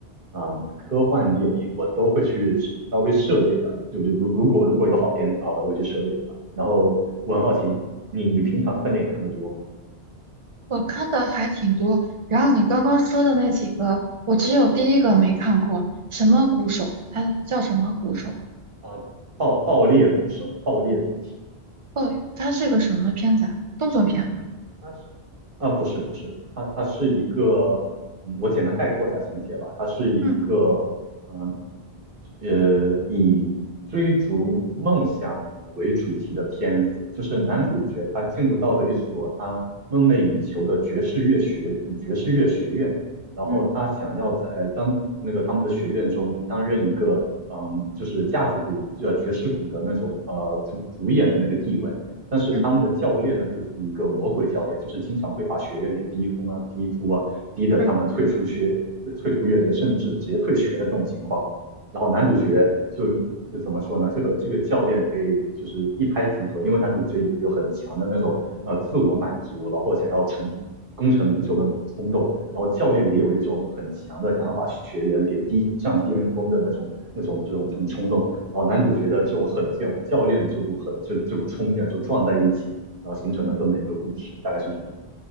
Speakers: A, on the right; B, on the right.
A: 嗯，科幻电影我都会去稍微涉猎一点儿就是如如果如果有好片子的话，我都会去涉猎一下。然后我很好奇，你你平常看电影看的多吗？
B: 我看的还挺多，然后你刚刚说的那几个，我只有第一个没看过，什么鼓手？他叫什么鼓手啊？
A: 啊、爆爆裂鼓手，爆裂的鼓手，
B: 哦，他是个什么片子啊？动作片吗？
A: 他是啊、不是不是，他他是一个，嗯我简单概括一下情节吧，他是一个嗯
B: 嗯
A: 呃以追逐梦想为主题的片子，就是男主角他进入到了一所他梦寐以求的爵士乐学呃爵士乐学院。然后他想要在当那个他们的学院中担任一个嗯，
B: 嗯
A: 就是架子鼓呃爵士鼓的那种呃主主演的那个地位，但是他们的教练呢，
B: 嗯
A: 又是一个魔鬼教练，就是经常会把学员给逼疯啊、逼哭啊，逼得他们退出学、
B: 嗯
A: 退出乐队，甚至是直接退学的这种情况。然后男主角就就怎么说呢？这个这个教练可以就是一拍即合，因为男主角有很强的那种呃自我满足，然后想要成功成名就的那种冲动。然后教练也有一种很强的想要把学员给逼上巅峰的那种、那种、这种、这种冲动。然后男主角的这种狠劲和教练的这股狠，就这股冲劲就撞在一起，然后形成了这么一个故事，
B: 嗯，
A: 大概是这种。